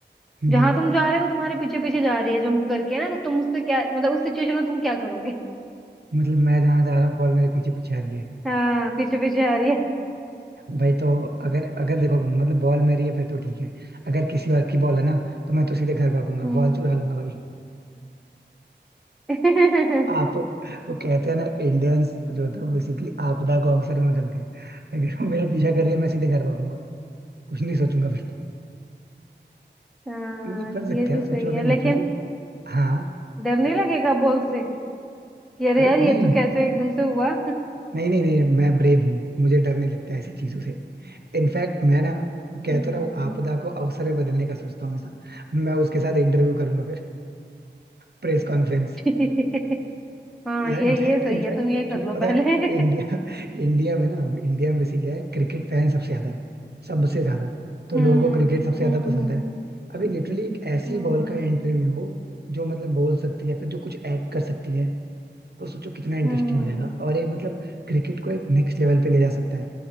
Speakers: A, on the right; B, in the centre.
A: हम्म
B: जहां
A: हम्म।
B: तुम जा रहे हो वो तुम्हारे पीछे पीछे जा रही है जंप करके ना तो तुम उससे क्या मतलब उस सिचुएशन में तुम क्या करोगे
A: मतलब मैं जहां जा रहा हूँ बॉल मेरे पीछे पीछे आ रही है
B: हाँ पीछे पीछे आ रही है
A: भाई तो अगर अगर देखो मतलब बॉल मेरी है फिर तो ठीक है अगर किसी और की बॉल है ना तो मैं तो सीधे घर भागूंगा
B: हम्म
A: बॉल चुरा लूंगा भाई
B: <laughs>
A: आप वो कहते हैं ना इंडियंस जो था बेसिकली आपदा को अवसर में बदलते हैं अगर वो मेरा पीछा कर रही है मैं सीधे घर भागूंगा कुछ नहीं सोचूंगा फिर तो
B: हाँ
A: मतलब कर सकते
B: ये भी
A: हैं यार, सोचो
B: सही
A: अगर
B: है
A: लिटरली
B: लेकिन
A: हाँ
B: डर नहीं लगेगा बॉल से कि अरे
A: अरे
B: यार
A: नहीं
B: ये तो कैसे एकदम से हुआ
A: नहीं नहीं नहीं मैं ब्रेव हूँ मुझे डर नहीं लगता ऐसी चीजों से इनफैक्ट मैं ना कहता
B: हम्म
A: रहा हूँ आपदा को अवसर में बदलने का सोचता हूँ हमेशा मैं उसके साथ इंटरव्यू करूंगा Press conference
B: <laughs> हाँ
A: या
B: ये
A: इनफैक्ट
B: ये सही
A: इनफैक्ट
B: है तुम ये कर
A: क्योंकि
B: लो
A: पता
B: पहले
A: है
B: <laughs>
A: इंडिया इंडिया में ना इंडिया में बेसिकली है क्रिकेट फैन सबसे ज्यादा है सबसे ज्यादा तो
B: हम्म
A: लोगों को क्रिकेट सबसे
B: हम्म
A: ज्यादा पसंद
B: हम्म
A: है अभी लिटरली एक ऐसी
B: हम्म
A: बॉल का इंटरव्यू हो जो मतलब बोल सकती है या फिर जो कुछ ऐड कर सकती है तो सोचो कितना इंटरेस्टिंग
B: हम्म
A: हो जाएगा और ये मतलब क्रिकेट को एक नेक्स्ट लेवल पे ले जा सकता है